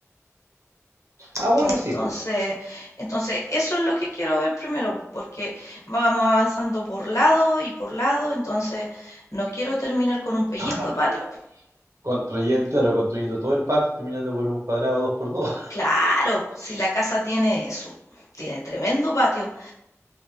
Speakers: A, on the right; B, on the left.
A: Ah, bueno,
B: Entonces,
A: sí, po.
B: entonces eso es lo que quiero ver primero, pues, porque vamos avanzando por lado y por lado, entonces no quiero terminar con un pellizco
A: <laughs>
B: de
A: Termina
B: patio.
A: Construyendo, claro, construyendo todo el patio, y terminando con un cuadrado dos por dos.
B: Claro, si la casa tiene su, tiene tremendo patio,